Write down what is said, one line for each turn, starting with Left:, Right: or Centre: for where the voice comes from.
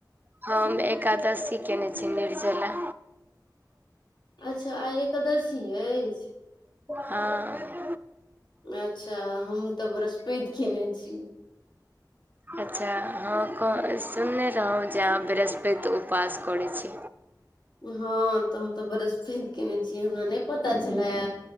Right: हम एकादशी कयने छी निर्जला
Left: अच्छा आय एकादशी अछि
Right: हँ
Left: अच्छा हम तऽ बृहस्पति केने छी
Right: अच्छा हँ सुनने रहौ जे अहाँ बृहस्पति उपवास करैत छी
Left: हँ तऽ हम तऽ बृहस्पति केने छियै हमरा नहि पता छलै